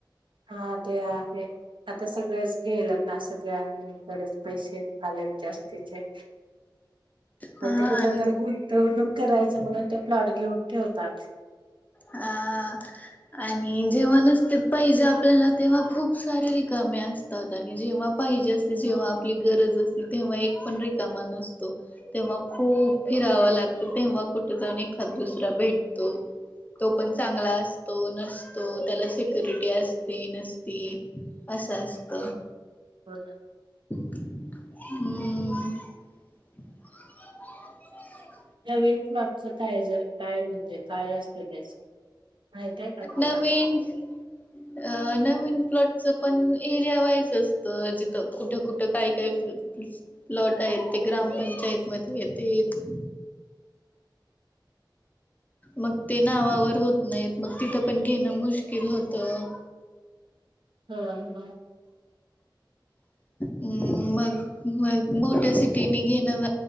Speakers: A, on the right (about 85°); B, on the left (about 20°).
A: हां ते आहे आता सगळेच घ्यायलेत ना सगळ्यांकडेच पैसे आहेत. आलेत जास्तीचे
B: हा
A: मग ते कुठंतर
B: आणि
A: गुंतवणूक करायचं म्हणून ते फ्लॅट घेऊन ठेवतात
B: हां आणि जेव्हा नसते पाहिजे आपल्याला तेव्हा खूप सारे रिकामे असतात. आणि जेव्हा पाहिजे असते जेव्हा आपली गरज असते तेव्हा एक पण रिकामा नसतो. ते मग खूप फिरावं लाग त तेव्हा कुठे जाऊन एखाद दुस रा भेटतो. तो पण चांगला असतो, नसतो त्याला सिक्युरिटी असते, नसती असं असतं.
A: हो ना.
B: हम्म. <unintelligible>
A: <inaudible> च काय जर काय म्हणजे काय असतं त्याचं माहितेय का तुला?
B: नवीन अ नवीन प्लॉटचं पण एरिया वाईज असतं जिथं कुठं कुठं काही काही प्लॉट आहेत ते ग्रामपंचायतमध्ये येतेत. मग ते नावावर होत नाहीत मग तिथं पण घेणं मुश्किल होतं.
A: हो हां.
B: मग मग मोठ्या सिटीने घेणं